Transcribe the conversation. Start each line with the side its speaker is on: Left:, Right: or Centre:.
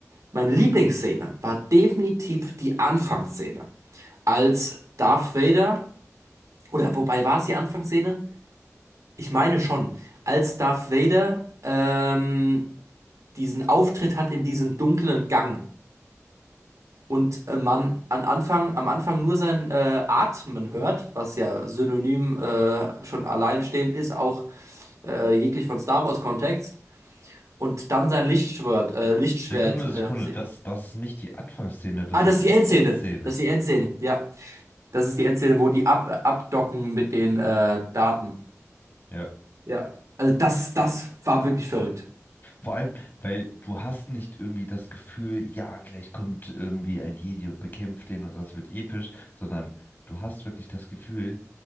Right: meine Lieblingsszene war definitiv die Anfangsszene als Darth Vader, oder wobei war es die Anfangsszene? Ich meine schon, als Darth Vader ähm, diesen Auftritt hat in diesem dunklen Gang und äh, man an Anfang, am Anfang nur sein äh, Atmen hört, was ja synonym äh, schon alleinstehend ist, auch äh, jeglich von Star Wars Kontext, und dann sein Lichtschwert, äh, Lichtschwert.
Left: Sekunde,
Right: Äh,
Left: Sekunde,
Right: se-
Left: das, das ist nicht die Anfangsszene, das
Right: ah, das
Left: ist
Right: ist die Endszene.
Left: die Endszene.
Right: Das ist die Endszene, ja. Das ist die Endszene, wo die ab, abdocken mit den äh, Daten.
Left: Ja.
Right: Ja. Also das, das war wirklich verrückt.
Left: Vor allem, weil du hast nicht irgendwie das Gefühl, ja, gleich kommt irgendwie ein Jedi und bekämpft den und das wird episch, sondern du hast wirklich das Gefühl,